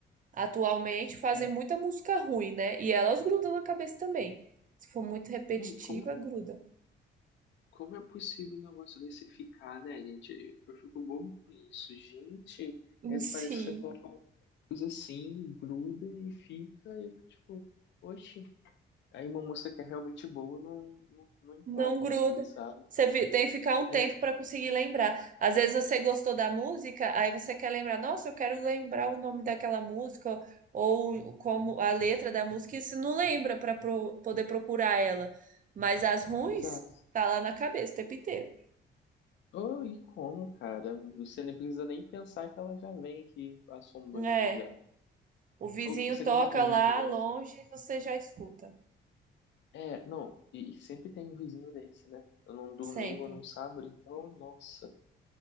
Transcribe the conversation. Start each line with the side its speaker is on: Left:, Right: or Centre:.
Right: atualmente, fazem
Left: É,
Right: muita música ruim, né? E elas grudam na cabeça também. Se for muito repetitiva,
Left: não, e como,
Right: gruda.
Left: como é possível um negócio desse ficar, né, gente? Eu fico bobo com isso, gente.
Right: <laughs>
Left: É,
Right: Sim.
Left: parece que você fala qualquer coisa assim, gruda e fica, e eu fico tipo, oxe. Aí uma música que é realmente boa não, não, não emplaca,
Right: Não gruda.
Left: assim, sabe?
Right: Você fi- tem que ficar um tempo
Left: É,
Right: para conseguir lembrar. Às vezes você gostou da música, aí você quer lembrar, nossa, eu quero lembrar o nome daquela música ou como a letra da música, e você não lembra para poder procurar ela. Mas as ruins
Left: exato.
Right: tá lá na cabeça o tempo inteiro.
Left: Oh, e como, cara? Você nem precisa nem pensar que ela já vem aqui assombrando
Right: É,
Left: já.
Right: o vizinho
Left: Ou, você
Right: toca
Left: quer ver o que às
Right: lá
Left: vezes eu
Right: longe,
Left: acho?
Right: você já escuta,
Left: É, não, e, e sempre tem um vizinho desse, né? Num domingo
Right: sempre.
Left: ou num sábado, então, nossa,